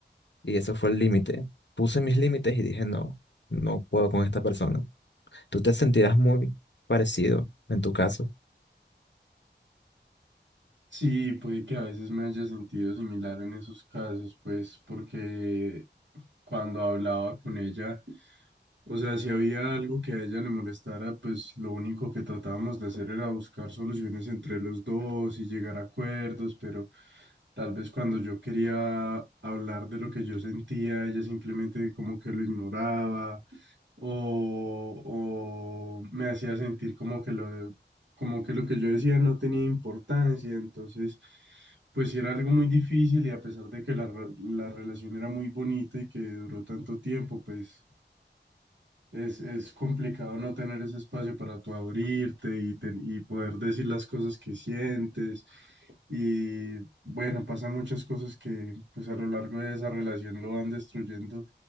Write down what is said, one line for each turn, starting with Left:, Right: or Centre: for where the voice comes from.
Left: y ese fue el límite. Puse mis límites y dije, no, no puedo con esta persona. Tú te sentirás muy parecido en tu caso
Right: Sí, puede que a veces me haya sentido similar en esos casos, pues porque cuando hablaba con ella, o sea, si había algo que a ella le molestara, pues lo único que tratábamos de hacer era buscar soluciones entre los dos y llegar a acuerdos, pero tal vez cuando yo quería hablar de lo que yo sentía, ella simplemente como que lo ignoraba o, o me hacía sentir como que lo, como que lo que yo decía no tenía importancia, entonces pues sí era algo muy difícil y a pesar de que la, re- la relación era muy bonita y que duró tanto tiempo, pues es, es complicado no tener ese espacio para tú abrirte y, te y poder decir las cosas que sientes y bueno, pasan muchas cosas que pues a lo largo de esa relación lo van destruyendo